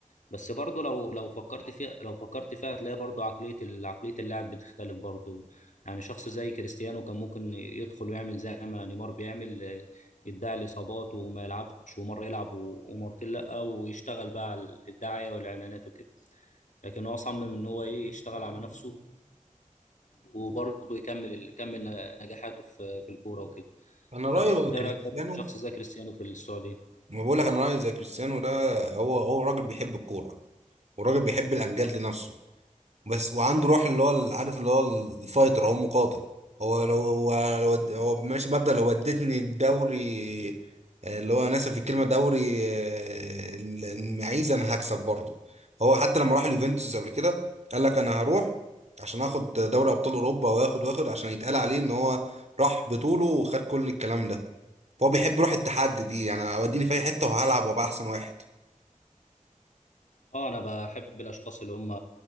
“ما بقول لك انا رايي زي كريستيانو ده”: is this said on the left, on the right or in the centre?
Right